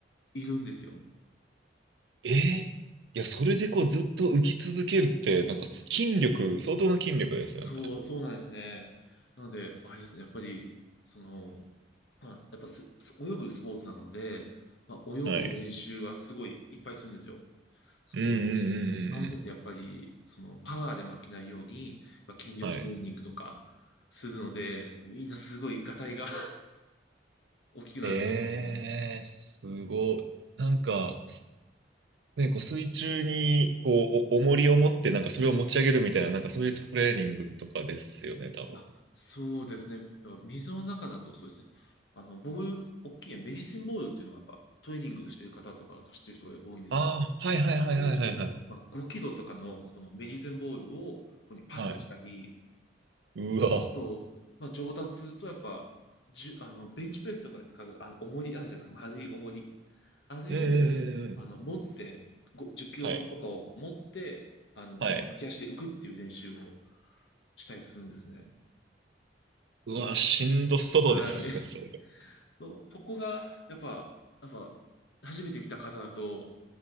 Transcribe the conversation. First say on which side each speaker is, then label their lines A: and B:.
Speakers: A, on the left; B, on the right.
A: いるんですよ。
B: えー、いや、それでこうずっと浮き続けるって、なんか筋力、相当な筋力ですよね。
A: そう、そうなんですね。なので、あれですね、やっぱり、その、まあ、やっぱす、す泳ぐスポーツなので、まあ、泳ぐ練習はすごいいっぱいするんですよ。
B: はい。
A: そこに合わせてやっぱり、
B: うんうんうんうん
A: そのパワーで負けないように、まあ筋力トレーニングとかするので、
B: うん。はい。
A: みんなすごいガタイが <laughs> 大きくなるんですね。
B: えー、すごい。なんか、ね、こう水中にこうお重りを持って、なんかそれを持ち上げるみたいな、なんかそういうトレーニングとかですよね、多
A: あ、そうですね。やっぱ水の中だとそうですね。あの、ボール、大きいメディシンボールっていうのはやっぱトレーニングしてる方とかだと知ってる人が多いんですけど、
B: ああ、はいはいはいはいはいはい。
A: こういうちょっと、まあ、5キロとかのこのメディシンボールをここにパスしたり、
B: はい。うわ。
A: あと、まあ、上達するとやっぱ、じゅ、あの、ベンチプレスとかで使う、あの、重りあるじゃないですか、丸い重り。あれを、
B: ええええええ
A: あの、持って、ご10キロ板とかを持って、
B: はい。
A: あの、ずっと浮き足で浮くっていう練習を
B: はい。
A: したりするんですね。
B: うわ、しんどそうですね、
A: はい。
B: それ。
A: そ、そこが、やっぱ、やっぱ、初めて見た方だと、